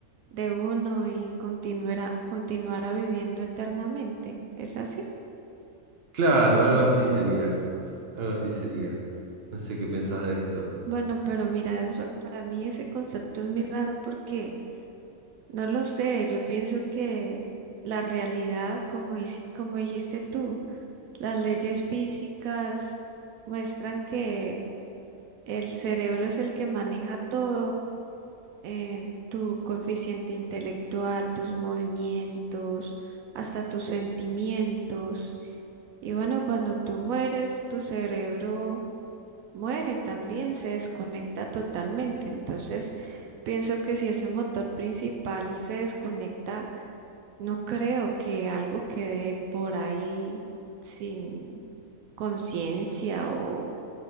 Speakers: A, on the right; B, on the right.
A: de uno y continuara, continuara viviendo eternamente. ¿Es así?
B: Claro, algo así sería, algo así sería. No sé qué pensás de esto.
A: Bueno, pero mira, es ra- para mí ese concepto es muy raro porque No lo sé, yo pienso que la realidad, como, dij- como dijiste tú, las leyes físicas muestran que el cerebro es el que maneja todo, eh, tu coeficiente intelectual, tus movimientos, hasta tus sentimientos. Y bueno, cuando tú mueres, tu cerebro muere también, se desconecta totalmente. Entonces, pienso que si ese motor principal se desconecta, no creo que algo quede por ahí sin conciencia o